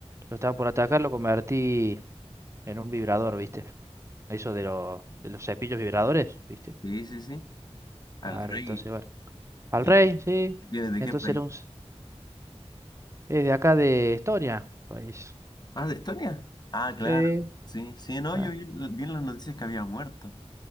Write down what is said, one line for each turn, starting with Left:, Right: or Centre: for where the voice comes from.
Right: Lo estaba por atacar, lo convertí en un vibrador, ¿viste? Eso de, lo- de los cepillos vibradores, ¿viste?
Left: Sí, sí, sí. Al
Right: Claro,
Left: rey.
Right: entonces, bueno. Al
Left: ¿Y
Right: rey,
Left: de
Right: sí.
Left: qué, de
Right: Entonces
Left: qué país?
Right: era un... c- Es de acá de Estonia, país.
Left: ¿Ah, de Estonia? Ah, claro.
Right: Sí.
Left: Sí, sí, no,
Right: ah,
Left: yo vi, vi en las noticias que había muerto.